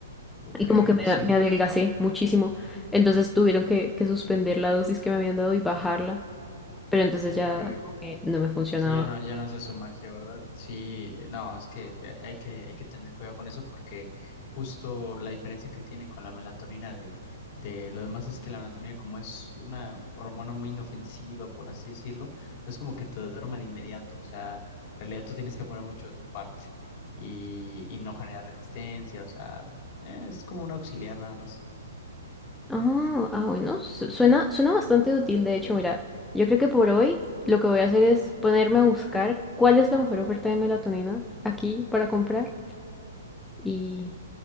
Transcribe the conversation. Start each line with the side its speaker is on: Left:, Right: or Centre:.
Left: ok,
Centre: Y como que
Left: pues
Centre: me,
Left: sí,
Centre: me adelgacé muchísimo. Entonces tuvieron que, que suspender la dosis que me habían dado y bajarla. Pero entonces
Left: ok,
Centre: ya como que no me funcionaba.
Left: Sí, ya no, ya no hace su magia, ¿verdad? Sí, eh, no, es que eh, hay que, hay que tener cuidado con eso porque justo la diferencia que tiene con la melatonina de, de lo demás es que la melatonina como es una hormona muy inofensiva, por así decirlo, no es como que te duerma de inmediato, o sea, en realidad tú tienes que poner mucho de tu parte y, y no generar resistencia, o sea, eh, es como un auxiliar nada más.
Centre: Ah, ah, bueno, su- suena, suena bastante útil. De hecho, mira, yo creo que por hoy lo que voy a hacer es ponerme a buscar cuál es la mejor oferta de melatonina aquí para comprar y,